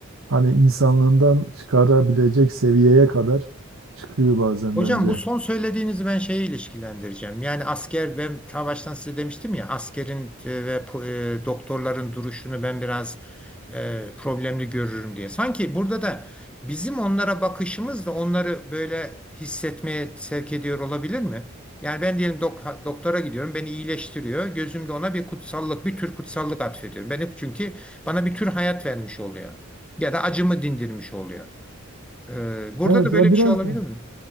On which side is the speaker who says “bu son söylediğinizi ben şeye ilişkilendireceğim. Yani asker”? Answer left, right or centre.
Centre